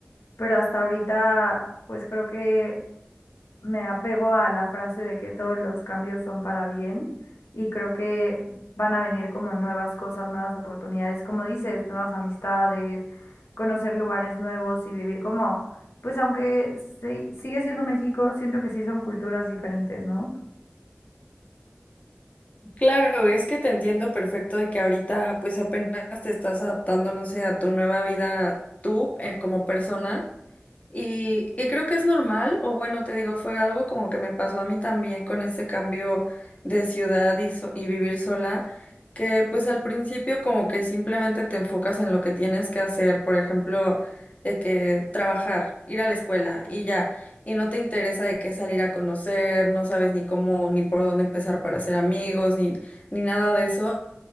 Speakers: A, on the left (about 80°); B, on the left (about 35°).
A: pero hasta ahorita, pues creo que me apego a la frase de que todos los cambios son para bien y creo que van a venir como nuevas cosas, nuevas oportunidades, como dices, nuevas amistades, conocer lugares nuevos y vivir como, pues aunque se- sigue siendo México, siento que sí son culturas diferentes, ¿no?
B: Claro, es que te entiendo perfecto de que ahorita pues apenas te estás adaptando, no sé, a tu nueva vida tú eh, como persona. Y, y creo que es normal, o bueno, te digo, fue algo como que me pasó a mí también con ese cambio de ciudad y, so- y vivir sola, que pues al principio como que simplemente te enfocas en lo que tienes que hacer, por ejemplo, de que trabajar, ir a la escuela y ya, y no te interesa de qué salir a conocer, no sabes ni cómo ni por dónde empezar para hacer amigos, ni, ni nada de eso.